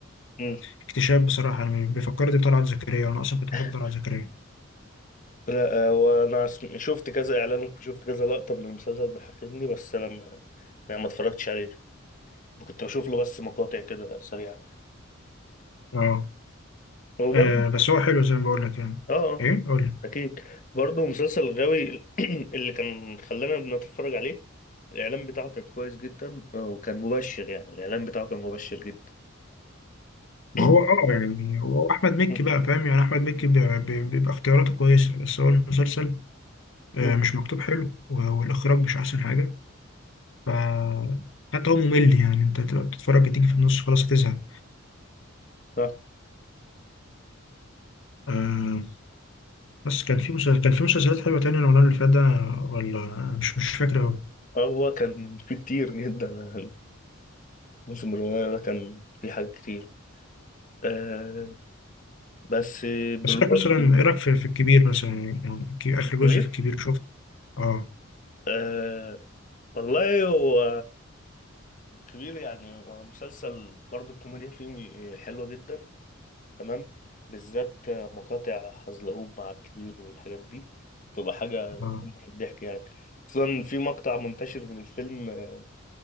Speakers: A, on the left; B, on the left.
A: مم.
B: اكتشاف بصراحة أنا بيفكرني بطلعت زكريا وأنا أصلا كنت
A: <laughs>
B: بحب طلعت زكريا
A: لا آه، وانا سم- شفت كذا اعلان وشفت كذا لقطه من المسلسل بيحكيني بس انا ما يعني ما اتفرجتش عليه كنت بشوف له بس مقاطع كده سريعه
B: أه
A: وبرضه
B: آه، بس هو حلو زي ما بقول لك يعني
A: اه آه،
B: إيه قول لي
A: اكيد برضه مسلسل غاوي <clears throat> اللي كان خلانا نتفرج عليه الاعلان بتاعه كان كويس جدا آه، وكان مبشر يعني الاعلان بتاعه كان مبشر جدا
B: ما
A: <coughs>
B: هو اه
A: <clears throat>
B: يعني هو احمد مكي
A: مم.
B: بقى فاهم يعني احمد مكي بي- بي- بيبقى اختياراته كويسه بس هو المسلسل آه،
A: مم.
B: مش مكتوب حلو و- والاخراج مش احسن حاجه ف حتى هو ممل يعني انت تبقى بتتفرج تيجي في النص خلاص هتزهق
A: آه،
B: آه بس كان في مسلسل كان في مسلسلات حلوه تاني رمضان اللي فات ده ولا أنا مش مش فاكر قوي
A: هو كان في كتير جدا الموسم الأولاني ده كان في حاجات كتير آه بس بالرغم
B: بس لك مثلا ايه رايك في, في الكبير مثلا يعني الكبير- اخر
A: الكبير
B: جزء في الكبير شفت اه
A: آه والله هو كبير يعني هو مسلسل برضه الكوميديا فيه حلوة جدا تمام بالذات مقاطع حزلقوم مع الكبير والحاجات دي تبقى حاجة قمة
B: اه
A: في الضحك يعني خصوصا في مقطع منتشر من الفيلم آه،